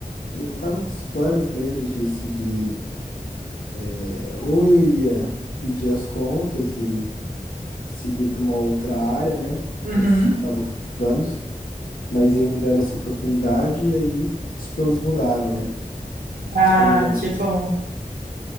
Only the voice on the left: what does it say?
eu tava com os planos mesmo de seguir. é, Ou eu ia pedir as contas e seguir para uma outra área, né?
Com esses, tava com esses planos. Mas aí me deram essa oportunidade e aí os planos mudaram, né?
Os planejamentos.